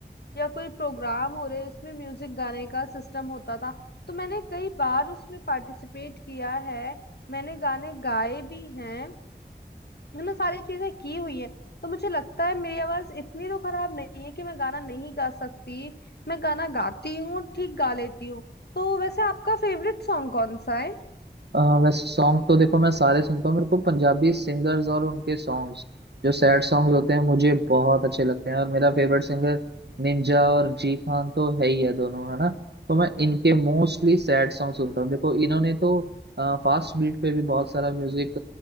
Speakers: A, on the left; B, on the right.
A: या कोई प्रोग्राम हो रहे उसमें म्यूजिक गाने का सिस्टम होता था तो मैंने कई बार उसमें पार्टिसिपेट किया है मैंने गाने गाए भी हैं मैंने सारी चीजें की हुई है तो मुझे लगता है मेरी आवाज इतनी तो खराब नहीं है कि मैं गाना नहीं गा सकती मैं गाना गाती हूँ ठीक गा लेती हूँ तो वैसे आपका फेवरेट सॉन्ग कौन सा है
B: अ, वैसे सॉन्ग तो देखो मैं सारे सुनता हूँ मेरे को पंजाबी सिंगर्स और उनके सॉन्ग्स जो सैड सॉन्ग्स होते हैं मुझे बहुत अच्छे लगते हैं और मेरा फेवरेट सिंगर निंजा और जी खान तो है ही है दोनों है ना तो मैं इनके मोस्टली सैड सॉन्ग सुनता हूँ देखो इन्होंने तो फास्ट बीट पे भी बहुत सारा म्यूजिक